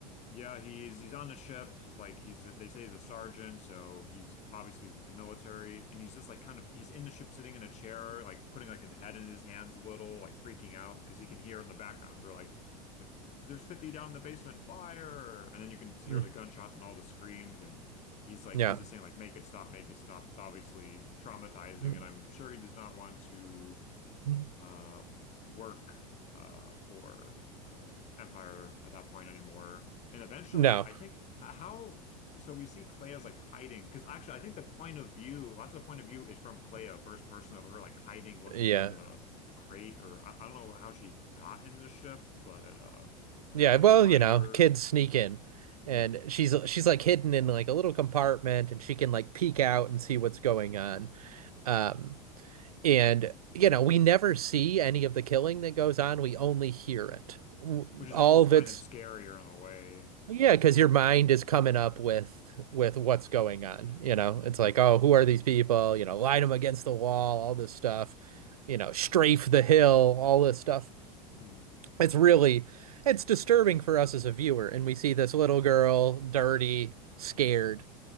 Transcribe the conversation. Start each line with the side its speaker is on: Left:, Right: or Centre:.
Left: Yeah, he's he's on the ship. Like he's they say he's a sergeant, so he's obviously with the military, and he's just like kind of he's in the ship, sitting in a chair, like putting like his head in his hands a little, like freaking out because he can hear in the background they're like like there's 50 down in the basement, fire, and then you can just hear
Right: Mm,
Left: the gunshots and all the screams, and he's like
Right: Yeah.
Left: he's just saying like make it stop, make it stop. It's obviously traumatizing,
Right: Mm,
Left: and I'm sure he does not want to
Right: mm,
Left: uh, work uh, for the Empire at that point anymore. And eventually,
Right: No.
Left: I think how so we see Clea as like hiding because actually, I think the point of view, lots of the point of view is from Clea, first person of her like hiding, looking
Right: Yeah.
Left: through the the crate, or I, I don't know how she got in this ship, but uh,
Right: Yeah,
Left: yeah,
Right: well,
Left: he finds
Right: you know,
Left: her,
Right: kids sneak in and
Left: Mhm.
Right: she's she's like hidden in like a little compartment and she can like peek out and see what's going on. Um and you know, we never see any of the killing that goes on. We only hear it. W-
Left: Which is
Right: All
Left: almost
Right: of
Left: kind
Right: it's
Left: of scarier in a way.
Right: yeah, because your mind is coming up with with what's going on, you know. It's
Left: Mhm.
Right: like, "Oh, who are these people?" You know, line them against the wall, all this stuff. You know, strafe the hill, all this stuff.
Left: Mhm.
Right: It's really it's disturbing for us as a viewer, and we see this little girl, dirty, scared,